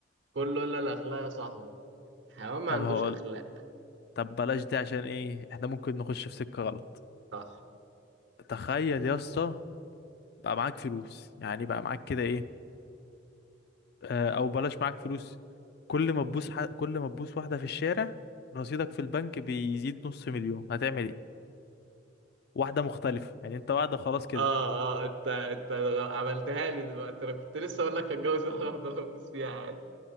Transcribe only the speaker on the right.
كله الا الاخلاق يا صاحبي حيوان ما
عندوش
اخلاق
صح
اه اه انت انت عملتها لي دلوقتي انا كنت لسه اقول لك هتجوز واحده افضل ابوس فيها عادي